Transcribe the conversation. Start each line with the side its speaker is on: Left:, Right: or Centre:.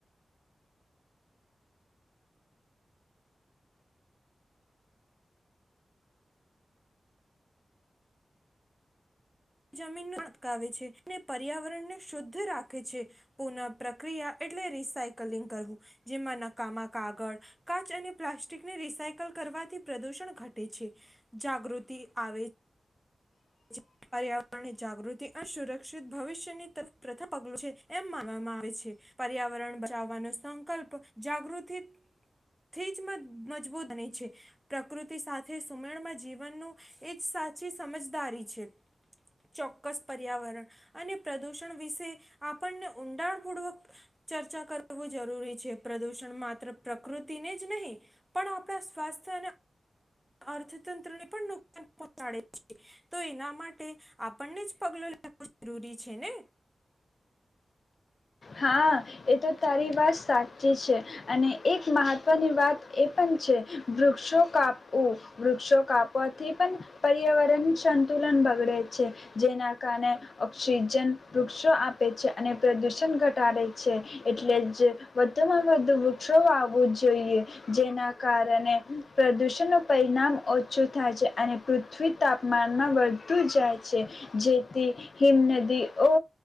Centre: જમીનને અટકાવે છે અને પર્યાવરણને શુદ્ધ રાખે છે પુનઃ પ્રક્રિયા એટલે રિસાયકલિંગ કરવું જેમાં નકામા કાગળ કાચ અને પ્લાસ્ટિકને રિસાયકલ કરવાથી પ્રદૂષણ ઘટે છે જાગૃતિ આવે છે પર્યાવરણની જાગૃતિ અને સુરક્ષિત ભવિષ્યનીર પ્રથમ પગલું છે એમ માનવામાં આવે છે પર્યાવરણ બચાવવાનો સંકલ્પ જાગૃતિથી જ મજબૂત બને છે પ્રકૃતિ સાથે સુમેળમાં જીવનનું એ સાચી સમજદારી છે. ચોક્કસ પર્યાવરણ અને પ્રદુષણ વિશે આપણને ઊંડાણ પૂર્વક ચર્ચા કરવું જરૂરી છે પ્રદુષણ માત્ર પ્રકૃતિને જ નહીં પણ આપણા સ્વાસ્થ્ય અને અર્થતંત્રને પણ નુકસાન પહોંચાડે છે તો એના માટે આપણને જ પગલો લેવો જરૂરી છે ને
Left: હા એ તો તારી વાત સાચી છે અને એક મહત્ત્વની વાત એ પણ છે વૃક્ષો કાપ વૃક્ષો કાપવાથી પણ પર્યાવરણ સંતુલન બગડે છે જેના કારણે ઓક્સિજન વૃક્ષો આપે છે અને પ્રદુષણ ઘટ ટાડે છે એટલે જ વધુમાં વધુ વૃક્ષો આવવું જોઈએ જેના કારણે પ્રદુષણનું પરિણામ ઓછું થાય છે અને પૃથ્વી તાપમાનમાં વધતું જાય છે જેથી હિમનદીઓ